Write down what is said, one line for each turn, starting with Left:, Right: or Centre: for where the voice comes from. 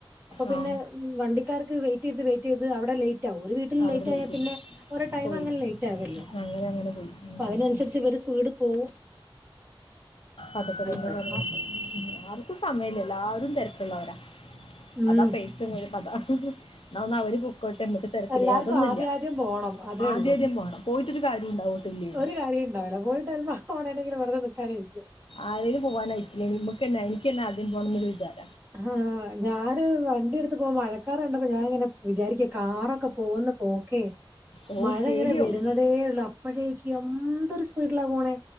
Right: അപ്പൊപിന്നെ
Left: ആ
Right: വണ്ടിക്കാർക്ക് വൈ റ്റ് എഴ്ത് വെറ്റ് ചെയ്ത് അവിടെ ലേറ്റ് ആവും ഒരു വീ <unintelligible>
Left: അവിടെ
Right: ലൈറ്റ്
Left: ലേറ്റ്
Right: ആയാ പിന്നെ ഓരോ ടൈം
Left: പോയി
Right: അങ്ങനെ ലൈറ്റ് ആവല്ലോ
Left: അങ്ങനെ
Right: ഉം
Left: അങ്ങനെ പോയി ഉം.
Right: അവനനുസരിച്ച് ഇവര് സ്പീഡ് പോഹു
Left: അതൊക്കെ തന്നെ
Right: പ്രശ്നം.
Left: പറയുന്നത് ആർക്കും സമയല്യ എല്ലാരും തെരക്കുള്ളവരാ
Right: ഉം
Left: അതാ പൈസ ഉള്ളോരേ കഥ ഹ് ഹ് എന്ന ഒന്ന അവര് പൊക്കോട്ടെ മ്മക്ക് തിരക്കില്ലേ
Right: എല്ലാർക്കും
Left: അതൊന്നുല്യ
Right: ആദ്യം ആദ്യം പോണം അതേ
Left: ആദ്യ
Right: ഉള്ളൂ.
Left: ആദ്യം പോണം പോയിട്ടൊരു കാര്യം ണ്ടാവോട്ടില്ലേനു
Right: ഒരു കാര്യം ഉണ്ടാവില്ല. പോയിട്ട് ചെലപ്പോ ഓടേണെങ്കിലും വെറുതെ നിക്കാനായിരിക്കും.
Left: ആരേം പോവാനായിട്ടില്ലെങ്കിലു മ്മക്കെന്നെ എനിക്കെന്നെ ആദ്യം പോണം ന്നൊരു വിചാര
Right: ആഹ് ഞാന് വണ്ടി ട് പോമ്പോ മഴക്കാറണ്ടപ്പോ ഞാങ്ങനെ വിചാരിക്കെ കാറൊക്കെ പോന്ന പോക്കെ
Left: ഓ
Right: മഴ
Left: പേടിയാവും
Right: ങ്ങനെ വെര്ന്നതേ ള്ളു അപ്പോഴേക്കുംമ് ന്ധോര് സ്പീഡ്ലാ പോണേ